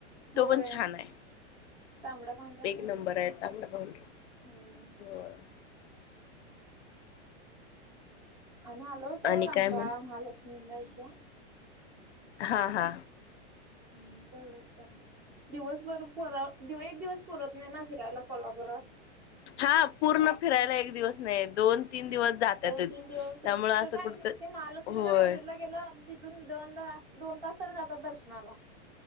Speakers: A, on the left; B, on the right.
A: तो
B: होय.
A: पण छान आहे.
B: तांबडा पांढरा
A: एक
B: फेमसच
A: नंबर आहे
B: ये,
A: तांबडा पांढरा
B: होय.
A: होय
B: आम्ही आलो होतो
A: आणि
B: रंकाळा
A: काय मग
B: महालक्ष्मीला एकदा
A: हा हा
B: हमम तेवढंच जरा दिवसभर-भर एक दिवस पुरत नाही ना फिरायला कोल्हापुरात.
A: हा पूर्ण फिरायला एक दिवस नाही दोन तीन दिवस जातातच
B: दोन तीन दिवस
A: त्यामुळं असं
B: कसं आहे
A: कुठत
B: ते महालक्ष्मीच्या
A: होय
B: मंदिरला गेलो तिथून दोनदा दोन तास तरी जातात दर्शनाला.